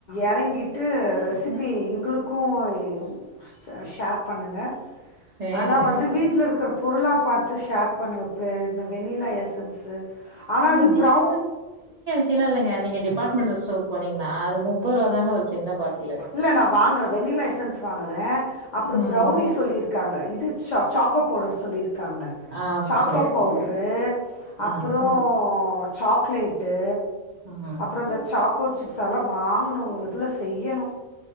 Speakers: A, on the left; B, on the right.
A: எறங்கிட்டு ரெசிபி
B: ம்
A: எங்களுக் க்கும் ஷ்யேர் பண்ணுங்க
B: சேரிங்க
A: ஆனா வந்து வீட்ல் இருக்குற பொருளா பாத்து ஷ்யேர் பண்ணுங்கப்ப இந்த வெண்ணிலா எஸ் எஸ்ஸன்ஸ்சு ஆனா அது ப்ரௌ
B: அப்டிலா இல்லங்க நீங்க டிபார்ட்மெண்ட்டல் ஸ்டோர் போனீங்ன்னா அது முப்போதுரூபா தாங்க ஒரு சின்ன பாட்லு
A: இல்ல நான் வாங்குறன் வென்னிலா எஸ்ஸன்ஸ் வாங்குறன் அப்றோம்
B: ம்.
A: ப்ரௌனி சொல்லியிருக் இருக்காங்க இது சாக் சாக்கோ பவுடர் சொல்லி இருக்காங்க
B: ஆ ஓகே.
A: சாக்கோ பவுட்ரு அப்புறோம்
B: ஆ,
A: சாக் சாக்லேட்டு
B: ம்
A: அப்புற இந்த சாக்கோ சிப்ஸ் அதெல்லாவாங்கணு இல்ல செய்யணு